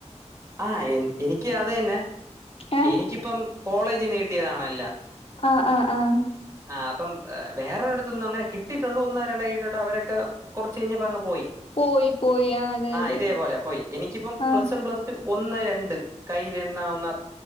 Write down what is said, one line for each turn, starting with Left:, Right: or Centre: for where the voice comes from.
Right: ആഹ് എ എനിക്ക് അത് തന്നെ
Left: ഏഹ്
Right: എനിക്കിപ്പം കോളേജ് നീട്ടിയതാണല്ല
Left: ആഹ ആഹ ആഹ
Right: ആ അപ്പം വേറൊരെടുത്തൊന്നും അങ്ങനെ കിട്ടീട്ടൊണ്ട് ഒന്നോ രണ്ടൊയിട്ടൊണ്ട് അവരൊക്കെ കുറച്ച് കഴിഞ്ഞ പോയി
Left: പോയി പോയി ആഹ് അതെ
Right: ആ
Left: അതെ
Right: ഇതേ പോലെ പോയി എനിക്കിപ്പം
Left: ആഹ്
Right: പ്ലസ് വൺ പ്ലസ് ടു ഒന്ന് രണ്ട് കയ്യിൽ എണ്ണാവുന്ന